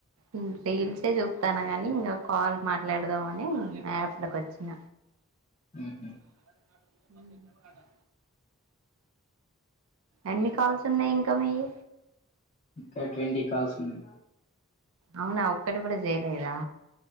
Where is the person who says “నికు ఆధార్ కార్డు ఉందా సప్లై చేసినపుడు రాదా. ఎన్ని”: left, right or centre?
Right